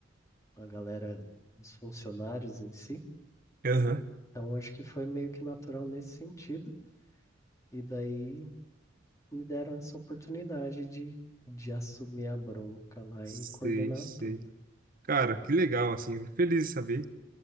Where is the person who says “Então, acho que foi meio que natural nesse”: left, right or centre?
Left